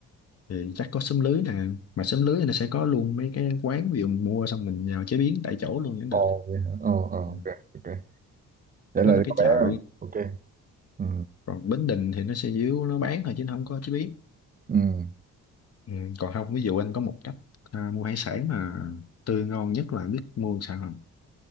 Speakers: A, on the left; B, on the right.
A: thì chắc có xóm lưới nè mà xóm lưới thì nó sẽ có luôn mấy cái quán ví dụ mình mua xong mình nhào chế biến tại chỗ luôn cũng
B: ồ
A: được
B: vậy hả ồ ồ
A: Ừ.
B: ok ok vậy
A: nó
B: là
A: là cái
B: có
A: chợ
B: vẻ ok ừ
A: còn Bến Đình thì nó sẽ díu nó bán thôi chứ nó không có chế biến
B: ừ
A: ừ. còn không ví dụ anh có một cách à, mua hải sản mà tươi ngon nhất là biết mua sao không